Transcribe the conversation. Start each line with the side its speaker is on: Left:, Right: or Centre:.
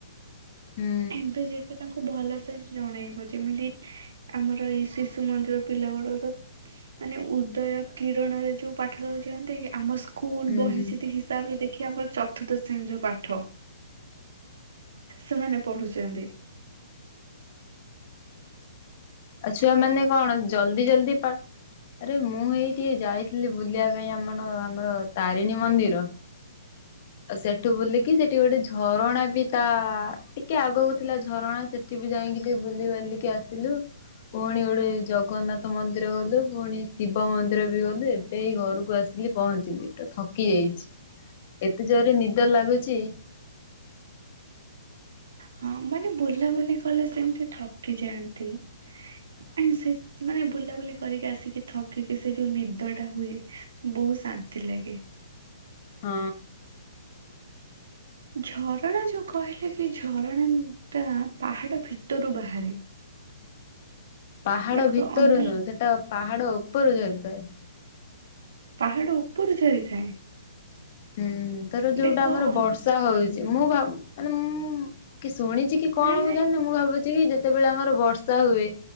Left: ହୁଁ
Right: ଏବେ ଯେତେ ତାଙ୍କୁ ଭଲସେ ଜଣେଇବ ଯେମିତି ଆମର <unintelligible> ଶିଶୁ ମନ୍ଦିର ପିଲା ଗୁଡାକୁ ତ ମାନେ ଉଦୟ କିରଣରେ ଯୋଉ ପାଠ ଦୋଉଚନ୍ତି ଆମ ସ୍କୁଲ
Left: ହୁଁ
Right: ବହି
Left: ହୁଁ
Right: ସେତିକି <unintelligible> ଦେଖିବା ଆମର ଚତୁର୍ଥ ଶ୍ରେଣୀ ଯୋଉ ପାଠ। ସେମାନେ ପଢୁଚନ୍ତି।
Left: ଆଉ ଛୁଆ ମାନେ କଣ ଜଲ୍ଦୀ ଜଲ୍ଦୀ ପା ଆରେ ମୁଁ ଏଇ ଟିକେ ଯାଇଥିଲି ବୁଲିବା ପାଇଁ ଆମନ ଆମର ତାରିଣୀ ମନ୍ଦିର। ଆଉ ସେଠୁ ବୁଲିକି ସେ ଟି ଗୋଟେ ଝରଣା ବି ତା ଟିକେ ଆଗକୁ ଥିଲା ଝରଣା ସେଠି ବି ଯାଇଁକି ଟିକେ ବୁଲି ବାଲିକି ଆସ ଥିଲୁ। ପୁଣି ଗୋଟେ ଜଗନ୍ନାଥ ମନ୍ଦିର ଗଲୁ ଫୁଣି ଶିବ ମନ୍ଦିର ବି ଗଲୁ ଏବେ ଏଇ ଘରୁକୁ ଆସ <unintelligible> ପହଞ୍ଚିଲି ପୁରା ଥକି ଯାଇଛି। ଏତେ ଜୋରେ ନିଦ ଲାଗୁଚି।
Right: ହଁ ମାନେ ବୁଲାବୁଲି କଲେ ସେମିତି ଥକି ଯାଆନ୍ତି <unintelligible> ମାନେ ବୁଲାବୁଲି କରିକି ଆସିକି ଥକିକି ସେ ଯୋଉ ନିଦ ଟା ହୁଏ ବୋହୁତ ଶାନ୍ତି ଲାଗେ।
Left: ହଁ।
Right: ଝରଣା ଯୋଉ କହିଲେ କି ଝରଣା ଟା ପାହାଡ଼ ଭିତରୁ ବାହାରେ।
Left: ପାହାଡ
Right: ଦେଖ
Left: ଭିତରୁ
Right: ଅନ୍ୟ
Left: ନୁହଁ ସେଟା ପାହାଡ ଓପୋରୁ ଝରିଥାଏ।
Right: ପାହାଡ ଉପୁରୁ ଝରିଥାଏ।
Left: ହୁଁ ଧର ଯୋଉଡ଼ା
Right: ଦେଖ
Left: ଆମର
Right: ଅନ୍ୟ
Left: ବର୍ଷା ହୋଉଚି ମୁଁ ଭାବ ମାନେ ମୁଁ କି ଶୁଣିଚି କି କି କଣ
Right: ନାଇଁ
Left: ମୁଁ
Right: ନାଇଁ
Left: ଜାଣିନି ମୁଁ ଭାବୁଚି କି ଯେତେବେଳେ ଆମର ବର୍ଷା ହୁଏ।